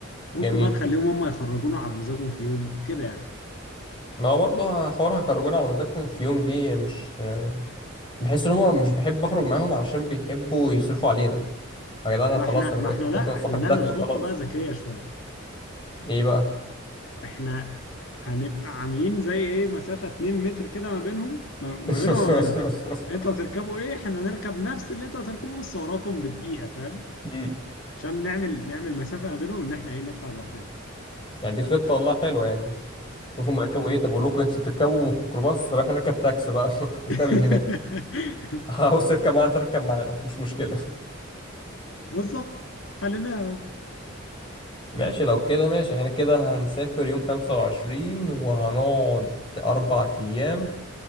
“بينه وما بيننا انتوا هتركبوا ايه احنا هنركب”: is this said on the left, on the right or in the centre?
Left